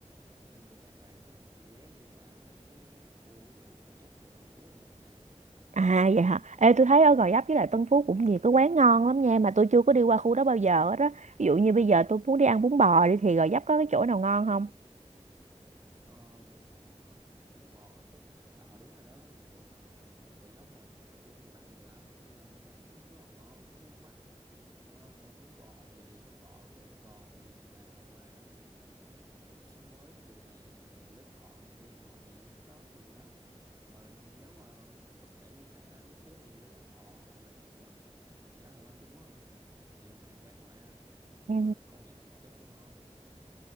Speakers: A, on the right; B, on the right.
A: nên tôi toàn toàn là tôi ghé đi qua mấy cái khu ví dụ Gò Vấp hay Tân Phú không à
B: À vậy hả? Ê tôi thấy ở Gò Vấp với lại Tân Phú cũng nhiều cái quán ngon lắm nha mà tôi chưa có đi qua khu đó bao giờ hết đó. Ví dụ như bây giờ tôi muốn đi ăn bún bò đi thì Gò Vấp có cái chỗ nào ngon không?
A: Ờ, bún bò hả bún bò ở khúc bà hỏi đúng rồi đó thường thường là là người giáp là sẽ của người Bắc nhiều lắm nên là người ta sẽ nấu rất là ngon mấy món Bắc ờ, bún bò thì phở với lại bún bò thì bà qua chợ xóm mới cũng được nè hoặc là Đức Thọ nè Lê Văn Thọ nè khúc đó có nhiều lắm ờ, nếu mà có thể đi xa xa hơn xíu thì Lê Văn Thọ hoặc là khúc mà giá là Quang Trung á nhiều hàng quán mà nhưng
B: Ừ.
A: mà công nhận là khúc đó bán ngon thì